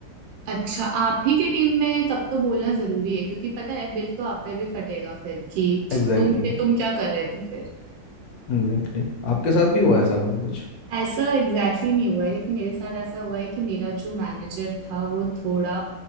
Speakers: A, on the right; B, on the left.
A: अच्छा आप ही की टीम में है, तब तो बोलना जरूरी है क्योंकि पता है बिल तो आप पे भी फटेगा फिर कि
B: Exactly
A: तुम
B: exactly,
A: पे तुम क्या कर रहे थे फिर
B: exactly exactly. आपके साथ भी हुआ ऐसा कभी कुछ
A: ऐसा एग्जैक्टली exactly नहीं हुआ है लेकिन मेरे साथ ऐसा हुआ है कि मेरा जो मैनेजर था वो थोड़ा